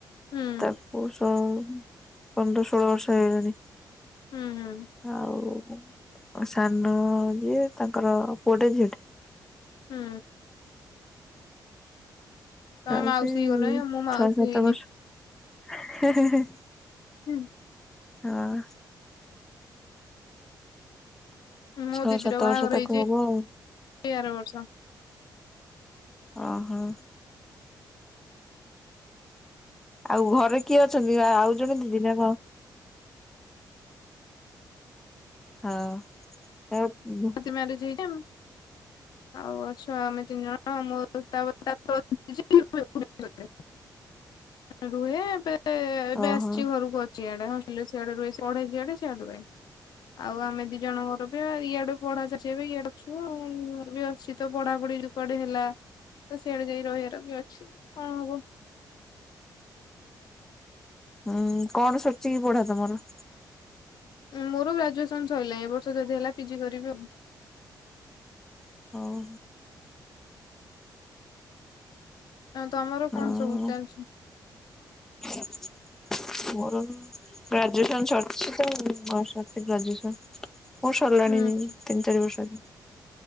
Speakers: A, on the left; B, in the centre.
A: ହୁଁ
B: ତା <unintelligible> ବର୍ଷ ପନ୍ଦର ଷୋଳ ବର୍ଷ ହେଇଗଲାଣି।
A: ହୁଁ ହୁଁ।
B: ଆଉ ସାନ ଯିଏ ତାଙ୍କର ପୁଅଟେ ଝିଅ।
A: ହୁଁ। ତମେ
B: ଆଉ
A: ମାଉସୀ
B: ସେଇ
A: ହେଇଗଲଣି ମୁଁ ମାଉସୀ
B: ଛଅ ସାତ
A: ହେଇନି।
B: ବର୍ଷ
A: ହୁଁ।
B: ହଁ।
A: ମୋ
B: ଛଅ
A: ଦିଦିର
B: ସାତ
A: ବାହାଘର
B: ବର୍ଷ ତାକୁ
A: ହେଇଛି
B: ହବ
A: ଏଇ
B: ଆଉ।
A: ଆର ବର୍ଷ।
B: ଓହୋ। ଆଉ ଘରେ କିଏ ଅଛନ୍ତି ଆଉ ଜଣେ ଦିଦି ନା କଣ? ହଁ ଆଉ
A: ସିଏ ମ୍ୟାରେଜ ହେଇ <unintelligible> ଆଉ ଅଛୁ ଆମେ ତିନି ଜଣ ମୁଁ ତାପର <unintelligible> ରୁହେ ଏବେ ଏବେ
B: ଓହୋ
A: ଆସିଛି ଘରକୁ ଅଛି ଇଆଡେ। ସିଆଡେ ରୁହେ ପଢେ ସିଆଡେ ସିଆଡେ ରୁହେ ଆଉ ଆମେ ଦି ଜଣ ଘର ବି ଇଆଡେ ପଢା ଚାଲିଛି ଏବେ ଇଆଡେ ଅଛୁ ଆଉ ମୋର ବି ଅଛି ତ ପଢାପଢି ଯଦି କୁଆଡେ ହେଲା ତ ସିଆଡେ ଯାଇ ରହିବାର ବି ଅଛି କଣ ହବ?
B: ହୁଁ କଣ ସରିଚିକି ପଢା ତମର?
A: ଉ ମୋର ଗ୍ରାଜୁଏସନ ସରିଲା ଏ ବର୍ଷ ଯଦି ହେଲା ପି ଜି କରିବି ଆଉ।
B: ହଉ।
A: ତମର
B: ହଁ
A: କଣ ସବୁ ଚାଲିଛି?
B: <inaudible> ମୋର ଗ୍ରାଜୁଏସନ ସରିଛି ତ ବସିଛି ଗ୍ରାଜୁଏସନ ମୋର ସରିଲାଣି
A: ହୁଁ
B: ତିନି
A: ହୁଁ
B: ଚାରି ବର୍ଷ